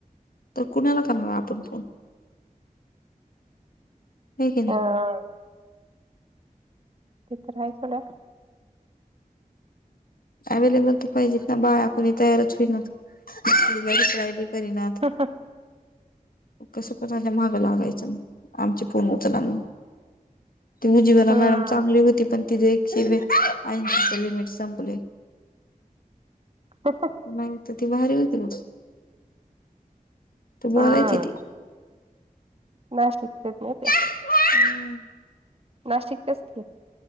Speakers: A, on the left; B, on the right.
A: तर कुणाला करणार आपण फोन. <inaudible> हाय की
B: होयय
A: नाही
B: तिथं राहायचो ना
A: अवेलेबल तर पाहिजे बाया कोणी तयारच होईनात मग श्री ला ट्राय बि करीनात
B: हां हां
A: कसं कुणाच्या माघ लागायचं ना आमची फोन उचला म्हणून ती मुझीबला
B: हम्म
A: मॅडम चांगली होती पण तिथे एकशे ऐशीच लिमिट संपलंय
B: तस
A: नाही म्हटलं ती भारी होती बघ तू बोलायची
B: हम्म
A: ती
B: नाशिकच्याच होत्या.
A: हम्म
B: नाशिकच्याच कि